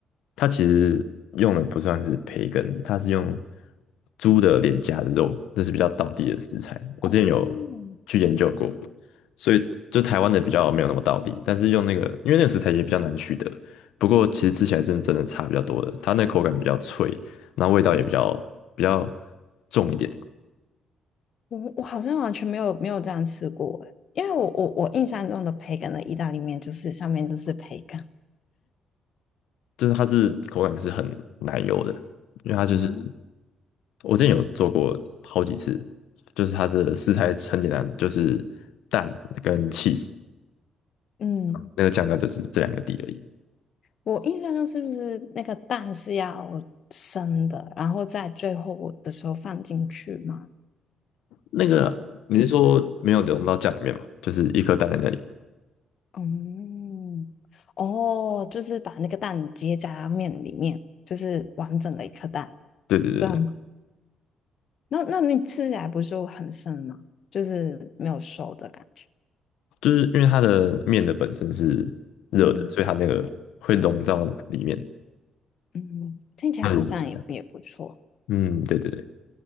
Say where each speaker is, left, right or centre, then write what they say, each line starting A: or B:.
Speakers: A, on the left; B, on the left.
A: 它其实用的不算是培根，它是用猪的脸颊的肉，这是比较道地的食材。我之前有去研究过，
B: 哦，
A: 所以就台湾的比较没有那么道地，但是用那个，因为那个食材也比较难取得，不过其实吃起来真的真的差比较多的，它那口感比较脆，然后味道也比较比较重一点。
B: 我我好像完全没有没有这样吃过诶，因为我我我印象中的培根的意大利面就是上面都是培根。
A: 就是它是口感是很奶油的，因为它就是
B: 嗯
A: 我之前有做过好几次，就是它的食材很简单，就是蛋跟 cheese，
B: 嗯，
A: 那个酱料就是这两个底而已。
B: 我印象中是不是那个蛋是要生的，然后在最后的时候放进去嘛？
A: 那个你是说没有融到酱里面吗？就是一颗蛋在那里。
B: 嗯，哦，就是把那个蛋结夹在面里面，就是完整的一颗蛋，
A: 对对对，
B: 这样那那你吃起来不是很生吗？就是没有熟的感觉。
A: 就是因为它的面的本身是热的，
B: 嗯
A: 所以它那个会融到里面。
B: 嗯，听起来好像也也不错。
A: 那原理是这样。嗯，对对对，